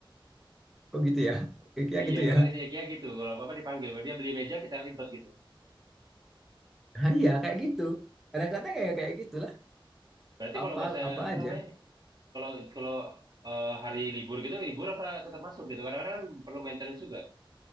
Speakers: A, in the centre; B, on the right.
A: begitu ya. Kayak
B: Iya
A: gitu
B: kan
A: ya. <laughs>
B: teknisi IKEA gitu. Kalau apa-apa dipanggil, kalau dia beli meja kita ribet gitu.
A: Nah, iya kayak gitu. Kadang-kadang ya kayak gitulah.
B: Berarti
A: Apa
B: kalau masa
A: apa
B: apa
A: aja.
B: namanya? Kalau kalau eh, hari libur gitu, libur apa tetap masuk gitu? Kadang-kadang kan perlu maintenance juga.